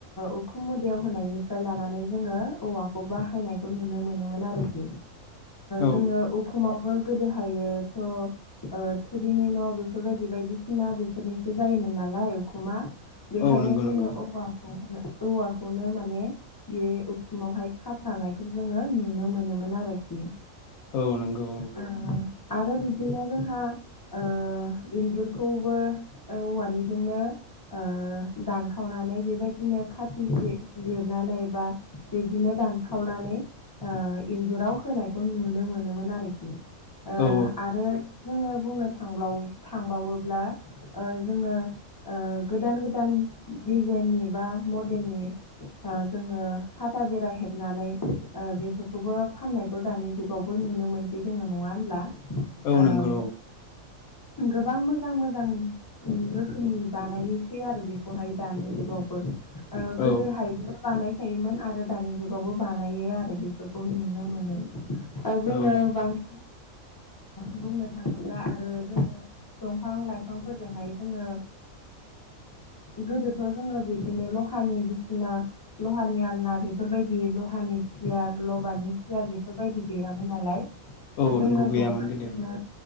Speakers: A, on the left; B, on the left.
A: उखुम मुदयाव होनायनिफ्राय लानानै जोङो औवाखौ बा बाहायनायखौ नुनो मोनोमोन आरोखि
B: औ
A: जोङो उखुमाव बो गोदो हायो थ' थुरिनि न' बेफोरबायदि बायदिसिना बेफोरनिसो जायोमोन नालाय उखुमा बेखायनो
B: औ नंगौ
A: जोङो
B: नंगौ
A: औवाखौ औवाखौनो माने बे उखुमावहाय खा फ्रानायखौ जोङो नुनो मोनोमोन आरोखि
B: औ नोंगौ
A: ओ आरो बिब्दिनो जोंहा ओ इन्जुरखौबो औवानिजोंनो ओ दानखावनानै बेबायदिनो खाथि जि जिरनानै बा बिदिनो दानखावनानै ओ इन्जुराव होनायखौ नुनो मोनोमोन आरोखि ओ
B: औ
A: आरो जोङो बुंनो थांब्लाव थांबावोब्ला ओ जोङो ओ गोदान गोदान दिजेननि बा मडेलनि जोङो साथा बेरा हेब नानै ओ बेफोरखौबो फाननायखौ दानि जुगावबो नुनो मोनसै जोङो नङा होनब्ला ओम
B: औ नंगौ औ
A: गोबां मोजां मोजां रोखोमनि बानायोसै आरो बेखौहाय दानि जुगावबो ओ
B: औ
A: गोदोहायबो बानायखायोमोन आरो दानि जु बो बानायो आरो बेफोरखौ नुनो मोनो ओ जोङो
B: औ
A: बांसिन बुंनो थाङोब्ला आरो जोङो दंफां लाइफांफोरजोंहाय जोङो गोदोथ' जोङो बिबदिनो लहानि बिसिना लहानि आलना बेफोरबायदि लहानि सियार लबारनि सियार बेफोरबायदि गैयामोन नालाय
B: औ
A: जोंनो
B: नंगौ गैयामोन
A: दंफां
B: गोदो
A: जोंनो